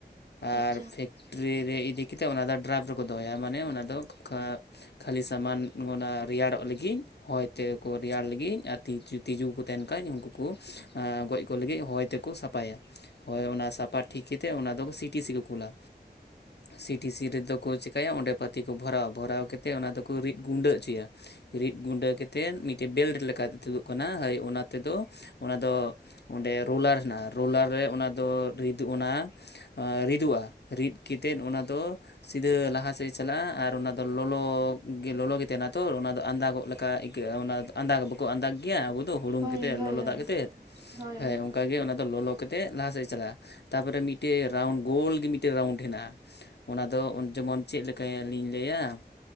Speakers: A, on the right (about 25°); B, on the left (about 80°).
A: ᱟᱪᱪᱷᱟ
B: ᱟᱨ ᱯᱷᱮᱠᱴᱨᱤ ᱨᱮ ᱤᱫᱤ ᱠᱟᱛᱮᱫ ᱚᱱᱟ ᱫᱚ ᱰᱨᱟᱭᱵᱷ ᱨᱮ ᱠᱚ ᱫᱚᱦᱚᱭᱟ ᱢᱟᱱᱮ ᱚᱱᱟ ᱫᱚ <unintelligible> ᱠᱷᱟᱹᱞᱤ ᱥᱟᱢᱟᱱ ᱚᱱᱟ ᱨᱮᱭᱟᱲᱚᱜ ᱞᱟᱹᱜᱤᱫ ᱦᱚᱭ ᱛᱮᱠᱚ ᱨᱮᱭᱟᱲ ᱞᱟᱹᱜᱤᱫ ᱛᱤᱡᱩ ᱛᱤᱡᱩ ᱠᱚᱠᱚ ᱛᱟᱦᱮᱱ ᱠᱷᱟᱡ ᱩᱝᱠᱩ ᱠᱚ ᱜᱚᱡ ᱠᱚ ᱞᱟᱹᱜᱤᱫ ᱦᱚᱭ ᱛᱮᱠᱚ ᱥᱟᱯᱷᱟᱭᱟ᱾ ᱦᱳᱭ ᱚᱱᱟ ᱥᱟᱯᱟ ᱴᱷᱤᱠ ᱠᱟ ᱠᱮᱛᱮᱫ ᱚᱱᱟ ᱫᱚ ᱥᱤᱴᱤ ᱥᱤ ᱠᱚ ᱠᱩᱞᱟ ᱥᱤᱴᱤ ᱥᱤ ᱨᱮᱫᱚ ᱠᱚ ᱪᱤᱠᱟᱭᱟ ᱚᱸᱰᱮ ᱯᱟᱹᱛᱤ ᱠᱚ ᱵᱷᱚᱨᱟ ᱵᱷᱚᱨᱟᱣ ᱠᱟᱛᱮᱫ ᱚᱱᱟ ᱫᱚᱠᱚ ᱨᱤᱫ ᱜᱩᱸᱰᱟᱹᱜ ᱪᱚᱭᱟ᱾ ᱨᱤᱫ ᱜᱩᱸᱰᱟᱹ ᱠᱟᱛᱮᱫ ᱢᱤᱫᱴᱮᱜ ᱵᱮᱞᱴ ᱞᱮᱠᱟ ᱛᱮ ᱛᱩᱫᱩᱜ ᱠᱟᱱᱟ ᱦᱳᱭ ᱚᱱᱟ ᱛᱮᱫᱚ ᱚᱱᱟ ᱫᱚ ᱚᱸᱰᱮ ᱨᱳᱞᱟᱨ ᱦᱮᱱᱟᱜᱼᱟ ᱨᱳᱞᱟᱨ ᱨᱮ ᱚᱱᱟ ᱫᱚ ᱨᱤᱫ ᱚᱱᱟ ᱨᱤᱫᱚᱜᱼᱟ ᱨᱤᱫ ᱠᱮᱛᱮᱫ ᱚᱱᱟ ᱫᱚ ᱥᱤᱫᱷᱟᱹ ᱞᱟᱦᱟ ᱥᱮᱜ ᱪᱟᱞᱟᱜᱼᱟ ᱟᱨ ᱚᱱᱟ ᱫᱚ ᱞᱚᱞᱚ ᱜᱮ ᱞᱚᱞᱚ ᱜᱮ ᱛᱟᱦᱮᱱᱟ᱾ ᱛᱚᱨ ᱚᱱᱟ ᱫᱚ ᱟᱸᱫᱟᱜᱚᱜ ᱞᱮᱠᱟ ᱟᱹᱭᱠᱟᱹᱜᱼᱟ ᱚᱱᱟ ᱟᱸᱫᱟᱜ ᱵᱟᱠᱚ ᱟᱸᱫᱟᱜ ᱜᱮᱭᱟ ᱟᱵᱚ ᱫᱚ ᱦᱩᱲᱩᱝ
A: ᱦᱳᱭ
B: ᱠᱮᱛᱮᱫ
A: ᱦᱳᱭ
B: ᱞᱚᱞᱚ
A: ᱦᱳᱭ
B: ᱫᱟᱜ ᱠᱮᱛᱮᱫ᱾
A: ᱦᱳᱭ
B: ᱠᱟ ᱜᱮ ᱚᱱᱟ ᱫᱚ ᱞᱚᱞᱚ ᱠᱟᱛᱮᱫ ᱞᱟᱦᱟ ᱥᱮᱫ ᱪᱟᱞᱟᱜᱼᱟ, ᱛᱟᱯᱚᱨᱮ ᱢᱤᱫᱴᱮᱜ ᱨᱟᱣᱩᱱᱰ ᱜᱳᱞ ᱜᱮ ᱢᱤᱫᱴᱣᱜ ᱨᱟᱣᱩᱱᱰ ᱦᱮᱱᱟᱜᱼᱟ᱾ ᱛᱚ ᱩᱱ ᱡᱮᱢᱚᱱ ᱪᱮᱫ ᱞᱮᱠᱟᱭᱟᱞᱤᱧ ᱞᱟᱹᱭᱟ